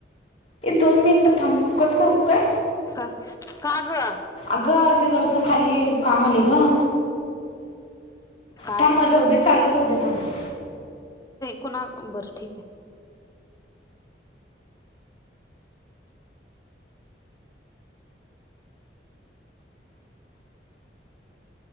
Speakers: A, on the left (about 35°); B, on the left (about 20°).
A: हे दोन मिनिटं थांब कट करू की काय?
B: का का ग
A: अगं ते जर असं खाली काम आलंय ग
B: काय
A: थांब मग राहू दे चालू राहू दे थांब
B: कोणा बरं ठीक आहे